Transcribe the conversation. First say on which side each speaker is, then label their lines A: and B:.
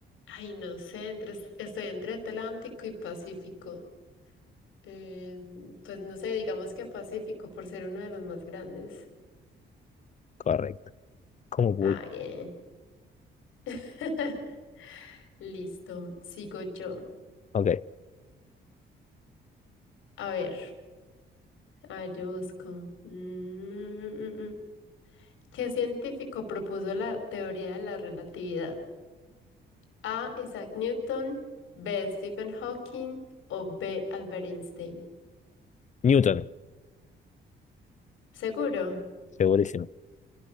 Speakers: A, on the left; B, on the left.
A: Ay, no sé, entre... estoy entre Atlántico y Pacífico. Eh, pues no sé, digamos que Pacífico por ser uno de los más grandes.
B: correcto. ¿Cómo voy?
A: Ah, bien. <laughs> Listo, sigo yo.
B: Ok.
A: A ver, a ver, yo busco. Mm, mm, mm, mm, mm. ¿Qué científico propuso la teoría de la relatividad? A. Isaac Newton, B. Stephen Hawking o B. Albert Einstein.
B: Newton,
A: Seguro.
B: segurísimo.